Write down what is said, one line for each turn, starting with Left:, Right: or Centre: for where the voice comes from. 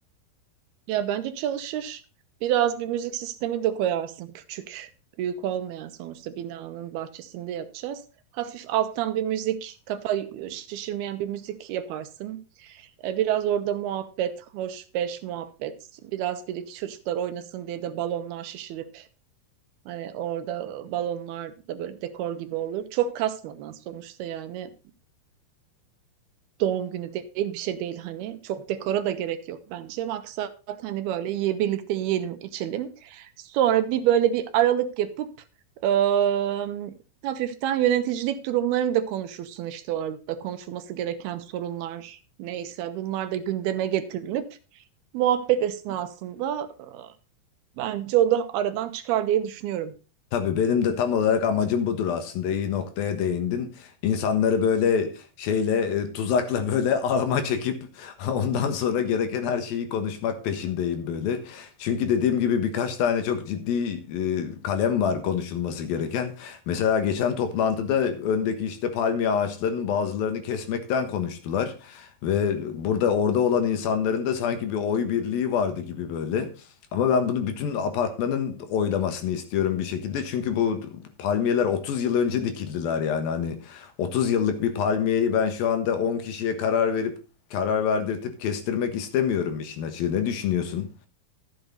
Right: Ya bence çalışır. Biraz bir müzik sistemi de koyarsın küçük, büyük olmayan sonuçta binanın bahçesinde yapacağız. Hafif alttan bir müzik, kafa şişirmeyen bir müzik yaparsın. E, Biraz orada muhabbet, hoş beş muhabbet. Biraz bir iki çocuklar oynasın diye de balonlar şişirip hani orada balonlar da böyle dekor gibi olur. Çok kasmadan sonuçta yani doğum günü değil, bir şey değil hani. Çok dekora da gerek yok bence. Maksat hani böyle ye, birlikte yiyelim, içelim. Sonra bir böyle bir aralık yapıp ıı, hafiften yöneticilik durumlarını da konuşursun işte orada. Konuşulması gereken sorunlar neyse bunlar da gündeme getirilip muhabbet esnasında bence o da aradan çıkar diye düşünüyorum.
Left: Tabii benim de tam olarak amacım budur aslında. İyi noktaya değindin. İnsanları böyle şeyle e, tuzakla <laughs> böyle ağıma çekip <laughs> ondan sonra gereken her şeyi konuşmak peşindeyim böyle. Çünkü dediğim gibi birkaç tane çok ciddi e, kalem var konuşulması gereken. Mesela geçen toplantıda öndeki işte palmiye ağaçlarının bazılarını kesmekten konuştular. Ve burada orada olan insanların da sanki bir oy birliği vardı gibi böyle. Ama ben bunu bütün apartmanın oylamasını istiyorum bir şekilde. Çünkü bu palmiyeler 30 yıl önce dikildiler yani. Hani 30 yıllık bir palmiyeyi ben şu anda 10 kişiye karar verip karar verdirtip kestirmek istemiyorum işin açığı. Ne düşünüyorsun?